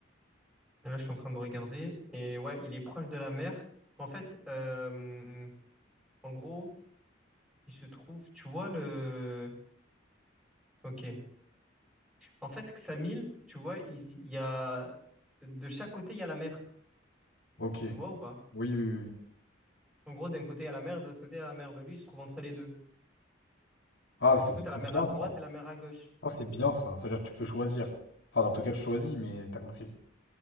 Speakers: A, in the centre; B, on the left.
A: Et là, je suis en train de regarder. Et ouais, il est proche de la mer. En fait, euh, en gros, il se trouve, tu vois le... Ok. En fait, Ksamil, tu vois, il, il y a de chaque côté, il y a la mer.
B: Ok. Oui,
A: Tu vois ou pas?
B: oui, oui. oui.
A: En gros, d'un côté, il y a la mer, de l'autre côté, il y a la mer. Ben, lui, il se trouve entre les deux.
B: Ah, c'est
A: Du coup, tu
B: c'est
A: as la mer
B: bien
A: à droite
B: ça.
A: et la mer à gauche.
B: Ça, c'est bien ça. C'est-à-dire que tu peux choisir. Enfin, dans tout cas, tu choisis, mais t'as compris.